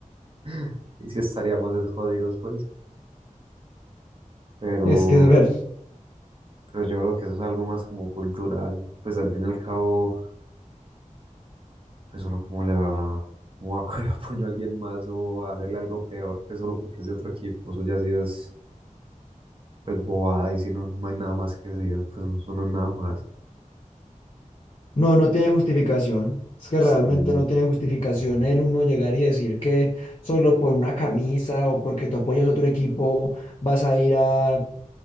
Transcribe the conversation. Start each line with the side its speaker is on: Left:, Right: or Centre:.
Right: <laughs> y si estaríamos es jodidos, pues, pero,
Left: Es que es verdad
Right: Pero yo veo que eso es algo más como cultural. Pues al fin y al cabo, pues uno como le va, cómo va a <laughs> coger a puño a alguien más o a hacerle algo peor, pues solo porque es de otro equipo. Eso ya sí es, pues bobada y si no, no hay nada más que decir, pues no, eso no es nada más.
Left: No, no tiene justificación. Es que
Right: Sí.
Left: realmente no tiene justificación el uno llegar y decir que solo por una camisa o porque tú apoyas a otro equipo vas a ir a